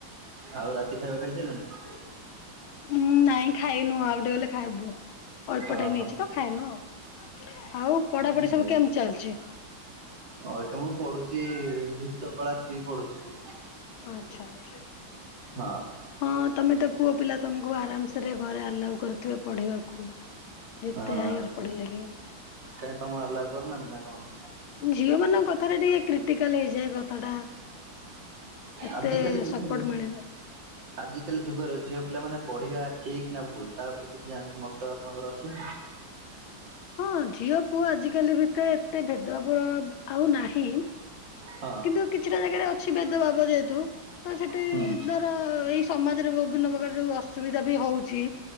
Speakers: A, on the right; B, on the left.
A: ଆଉ ରାତି ଖାଇବା ଖାଇସାରିଲଣି?
B: ଉଁ ନାଇଁ ଖାଇନୁ ଆଉ ଟିକେ ଗଲେ ଖାଇବୁ। ଅଳ୍ପ
A: ଓହୋ
B: ଟାଇମ ହେଇଛି ତ ଖାଇନୁ ଆଉ। ଆଉ ପଢାପଢି
A: ହେଇଗଲାଣି।
B: ସବୁ କେମିତି ଚାଲିଛି?
A: ଆ ତ ମୁଁ ପଢୁଛି ଯୁକ୍ତ କଳା ଥ୍ରୀ ପଢୁଛି।
B: ଆଛା ଆଛା।
A: ହଁ
B: ହଁ ତମେ ତ ପୁଅ ପିଲା ତମକୁ ଆରାମସରେ ଘରେ ଆଲାଉ କରୁଥିବେ ପଢିବାକୁ। ଯେତେ
A: ହଁ
B: ଆଇ ଘରେ ପଢିଲେବି।
A: କାହିଁ ତମକୁ ଆଲାଉ କରୁନାହାନ୍ତି ନା କଣ?
B: ଝିଅ ମାନଙ୍କ କଥାରେ ଟିକେ କ୍ରିଟିକାଲ ହେଇଯାଏ କଥା ଟା ଏତେ
A: ଆଜିକାଲି ଯୁଗରେ
B: ସପୋର୍ଟ ମିଳେନେ
A: ଆଜିକାଲି ଯୁଗର ଝିଅ ପିଲା ମାନେ ପଢିବା ଠିକ୍ ନା ଭୁଲ୍ ତା ଉପରେ କିଛି ଜାଣି ମତ ବାବ୍ କଣଙ୍କର ଅଛି
B: ହଁ ଝିଅ ପୁଅ ଆଜିକାଲି ଭିତରେ ଏତେ ଭେଦଭାବ ଆଉ ନାହିଁ।
A: ହଁ
B: କିନ୍ତୁ କିଛିଟା ଜାଗାରେ ଅଛି ବେଦ ଭାବ ଯେହେତୁ ତ ସେଠି
A: ହୁଁ
B: ଧ ଏଇ ସମାଜରେ ବିଭିନ୍ନ ପ୍ରକାର ଯୋଉ ଅସୁବିଧା ବି ହଉଛି